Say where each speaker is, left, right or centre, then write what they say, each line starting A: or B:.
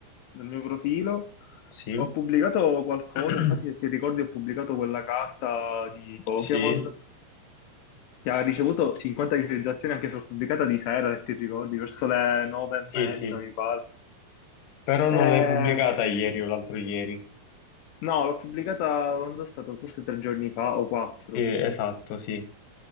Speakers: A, on the left; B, on the left.
A: dal mio profilo,
B: Sì?
A: ho pubblicato qualcosa,
B: <clears throat>
A: infatti se ti ricordi ho pubblicato quella carta di Pokémon.
B: Sì?
A: che ha ricevuto 50 visualizzazioni anche sulla pubblicata di sera, se ti ricordi, verso le nove e
B: Sì,
A: mezza,
B: sì.
A: mi pare.
B: Però
A: Eh,
B: non l'hai pubblicata ieri o l'altro ieri.
A: no, l'ho pubblicata quando è stato forse tre giorni fa o quattro.
B: Sì, esatto, sì.